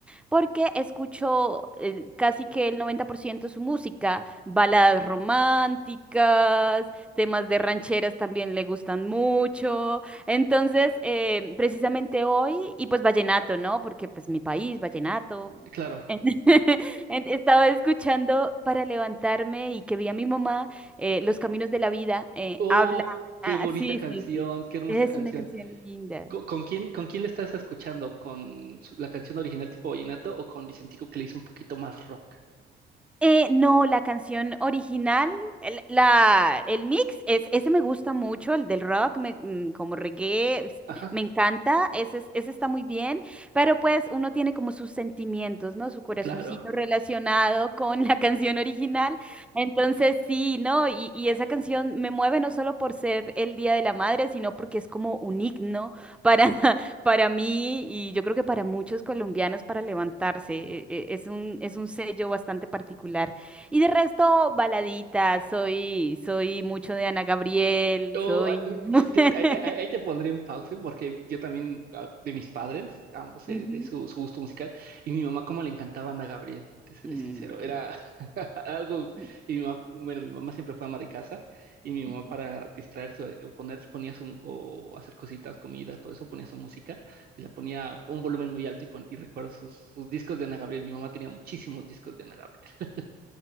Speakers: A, in the centre; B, on the right (about 50°).
A: porque escucho eh, casi que el 90% de su música, baladas románticas, temas de rancheras también le gustan mucho. Entonces, eh, precisamente hoy, y pues vallenato, ¿no? Porque pues mi país, vallenato.
B: claro.
A: <laughs> Ent- Estaba escuchando para levantarme y que vi a mi mamá, eh, Los Caminos de la Vida, eh,
B: Oh,
A: habla.
B: qué
A: Ah,
B: bonita
A: sí,
B: canción,
A: sí, sí.
B: qué hermosa
A: Es
B: canción.
A: una canción linda.
B: ¿Con, con quién, con quién le estás escuchando? ¿Con su- la canción original tipo vallenato o con Vicentico que le hizo un poquito más rock?
A: Eh, no, la canción original, el, la, el mix, es, ese me gusta mucho, el del rock, me- mm, como reggae, es-
B: Ajá,
A: me encanta, ese, es- ese está muy bien, pero pues uno tiene como sus sentimientos, ¿no? Su corazoncito
B: claro.
A: relacionado con la <laughs> canción original. Entonces sí, ¿no? Y, y esa canción me mueve no solo por ser el Día de la Madre, sino porque es como un himno para, <laughs> Para mí, y yo creo que para muchos colombianos, para levantarse, e- e- es un, es un sello bastante particular. Y de resto, baladitas, soy, soy mucho de Ana Gabriel,
B: Oh,
A: soy...
B: ah, mm, sí,
A: <laughs>
B: te- ahí ahí- ahí te pondré un pause porque yo también, ah, de mis padres, ambos
A: Ujú.
B: heredé de su, su gusto musical, y mi mamá como le encantaba Ana Gabriel, te seré
A: Mm.
B: sincero, era <laughs> algo,
A: mm,
B: y mi mamá, bueno, mi mamá siempre fue ama de casa, y mi mamá
A: mm.
B: para distraerse eh, o poner, ponía su, o hacer cositas, comida, todo eso, ponía su música, y la ponía a un volumen muy alto, y, pon- y recuerdo sus, sus discos de Ana Gabriel, mi mamá tenía muchísimos discos de Ana Gabriel.